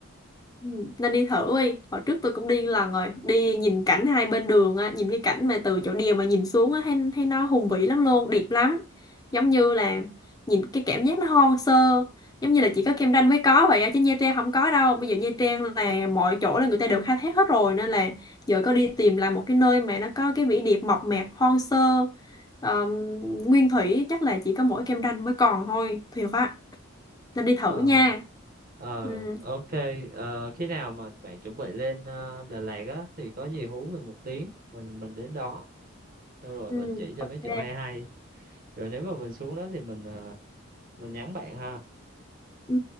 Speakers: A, on the left; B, on the right.
A: Ừ, Nên đi thử đi. Hồi trước tôi cũng đi lần rồi. Đi nhìn cảnh hai bên đường á, nhìn cái cảnh mà từ chỗ đèo mà nhìn xuống á, thấy, thấy nó hùng vĩ lắm luôn, đẹp lắm. Giống như là nhìn cái cảm giác nó hoang sơ, giống như là chỉ có Cam Ranh mới có vậy á, chứ Nha Trang không có đâu. Bây giờ Nha Trang là mọi chỗ là người ta đều khai thác hết rồi, nên là giờ có đi tìm lại một cái nơi mà nó có cái vẻ đẹp mộc mạc, hoang sơ, ờm, nguyên thủy chắc là chỉ có mỗi Cam Ranh mới còn thôi. Thiệt á, nên đi thử
B: ờ
A: nha.
B: ờ
A: Ừ.
B: ok ờ, khi nào mà bạn chuẩn bị lên ờ, Đà Lạt á thì có gì hú mình một tiếng mình mình đến đó xong rồi
A: Ừ,
B: mình chỉ cho
A: ok.
B: mấy chỗ hay hay rồi nếu mà mình xuống đó thì mình ờ, mình nhắn bạn ha
A: Ừ,